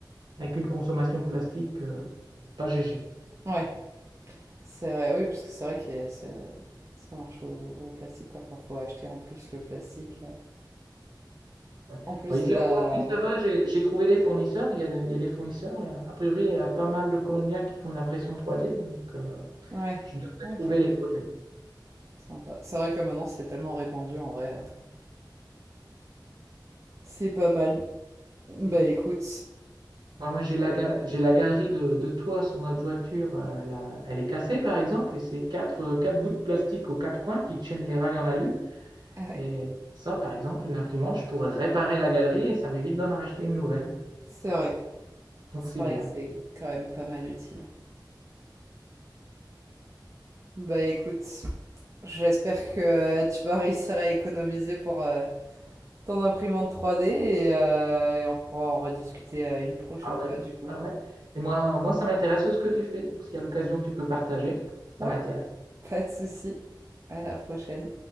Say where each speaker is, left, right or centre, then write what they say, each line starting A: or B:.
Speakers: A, on the right (about 65°); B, on the right (about 40°).
A: avec une consommation de plastique, euh, pas GG.
B: ouais, c'est vrai, oui, parce que c'est vrai que euh, ça, ça marche au, au plastique, quoi. Enfin, faut acheter en plus le plastique. euh,
A: Ouais.
B: en plus
A: Bon, ici
B: de la.
A: en Colombie, ça va, j'ai j'ai trouvé des fournisseurs, il y a des, il y a des fournisseurs. là. A priori, il y a pas mal de Colombiens qui font de l'impression 3D, donc euh,
B: Ouais,
A: je devrais
B: ok,
A: trouver les produits.
B: sympa. C'est vrai que maintenant c'est tellement répandu, en vrai. euh, c'est pas mal. Bah
A: Si.
B: écoute,
A: Non, moi, j'ai la, ga- j'ai la galerie de, de toit sur notre voiture. euh, Elle, a- elle est cassée, par exemple, et c'est quatre, euh, quatre bouts de plastique aux quatre coins qui tiennent les rails en alu.
B: <laughs> ouais,
A: Et ça, par exemple, une imprimante, je pourrais réparer la galerie et ça m'évite d'en racheter une nouvelle.
B: c'est vrai.
A: Donc,
B: C'est
A: c'est
B: vrai
A: bien.
B: que c'est quand même pas mal utile. Bah écoute, j'espère que euh, tu vas réussir à économiser pour euh, ton imprimante 3D et, euh, et on pourra en rediscuter euh, une prochaine
A: Ah ouais,
B: fois du coup.
A: ah ouais. Et moi, moi ça m'intéresse ce que tu fais. Donc, si à l'occasion, tu peux partager, ça
B: Ouais,
A: m'intéresse.
B: pas de souci. À la prochaine.